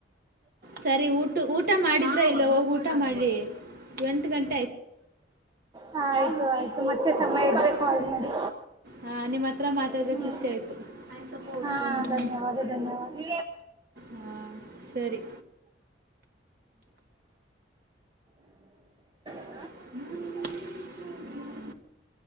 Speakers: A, on the right; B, on the right.
A: ಸರಿ ಊಟು ಊಟ ಮಾಡಿದ್ ದ್ರ ಇಲ್ಲ ಹೋಗ್ ಊಟ ಮಾಡ್ರಿ ಎಂಟ್ ಗನ್
B: ಹ ಆಯ್ತು ಆಯ್ತು ಮತ್ತೆಸ್ ಸಮಯ ಇದ್ರೆ ಕಾಲ್ ಮಾಡಿ.
A: ಹಾ ನಿಮ್ಮ ಹತ್ರ ಮಾತಾಡಿದ್ರೆ
B: ಹ್ಮ್
A: ಖುಷಿ ಆಯ್ತು
B: ಹಾ
A: ಹ್ಮ್
B: ಧನ್ಯವಾದ ಧನ್ಯವಾದ
A: ಹಾ ಸರಿ <unintelligible>
B: <unintelligible>